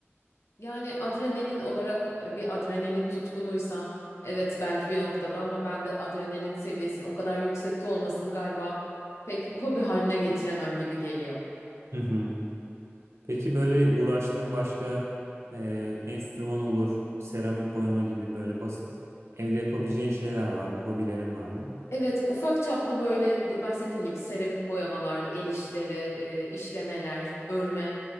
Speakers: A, on the left; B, on the right.
A: Yani adrenalin olarak e, bir adrenalin tutkunuysa evet belki bir noktada ama ben de adrenalin seviyesinin o kadar yüksekte olmasını galiba pek hobi haline getiremem gibi geliyor.
B: Hı hı. Peki böyle uğraştığın başka eee, enstrüman olur, seramik boyama gibi böyle basit evde yapabileceğin şeyler var mı? Hobilerin var mı?
A: Evet, ufak çaplı böyle de- bahsettiğin gibi seramik boyamalar, el işleri, e, işlemeler, örme